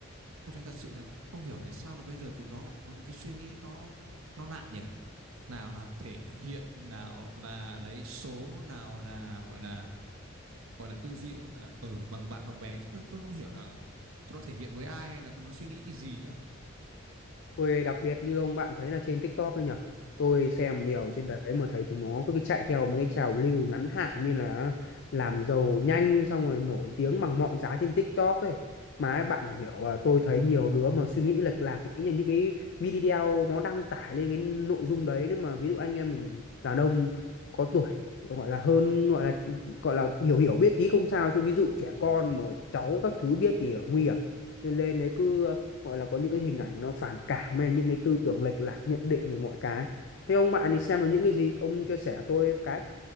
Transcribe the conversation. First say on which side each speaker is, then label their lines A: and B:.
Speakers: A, on the right; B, on the left.
A: tôi thấy thật sự là không hiểu tại sao là bây giờ chúng nó lại có những cái suy nghĩ nó, nó lạ nhỉ? Nào là thể hiện, nào là lấy số, nào là gọi là, gọi là tư duy, gọi là, ừ, bằng bạn đồng bé, chứ tôi, tôi không hiểu là chúng nó thể hiện với ai hay là chúng nó suy nghĩ cái gì nữa.
B: Tôi đặc biệt như ông bạn thấy là trên TikTok ấy nhở? Tôi xem nhiều trên đấy mà thấy chúng nó cứ chạy theo mấy cái trào lưu ngắn hạn như là làm giàu nhanh xong rồi nổi tiếng bằng mọi giá trên TikTok ấy. Mà ấy, bạn phải hiểu
A: Ừ,
B: à, tôi thấy nhiều đứa mà suy nghĩ lệch lạc nghĩ là những cái video nó đăng tải lên cái nội dung đấy nếu mà ví dụ anh em mình đàn ông có tuổi gọi là hơn gọi là gọi là hiểu hiểu biết tí không sao chứ ví dụ trẻ
A: ừ.
B: con mà cháu các thứ biết thì là nguy hiểm nên lên đấy cứ
A: ừ.
B: gọi là có những cái hình ảnh nó phản cảm hay những cái tư tưởng lệch lạc nhận định về mọi cái thế ông bạn thì xem là những cái gì ông chia sẻ tôi cái